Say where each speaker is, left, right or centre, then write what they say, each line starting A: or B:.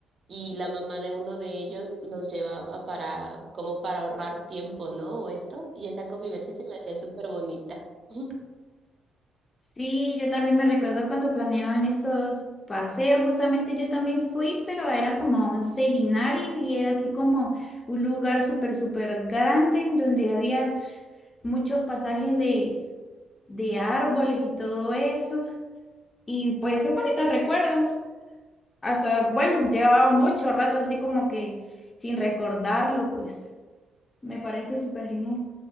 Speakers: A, on the right; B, on the left.
A: y la mamá de uno de ellos los llevaba para, como para ahorrar tiempo, ¿no? O esto, y esa convivencia se me hacía súper bonita. <laughs>
B: Sí, yo también me recuerdo cuando planeaban esos paseos, justamente yo también fui, pero era como a un seminario y era así como un lugar súper, súper grande en donde había pf, muchos pasajes de, de árboles y todo eso. Y pues son bonitos recuerdos. Hasta, bueno, llevaba mucho rato así como que sin recordarlo, pues me parece súper genial.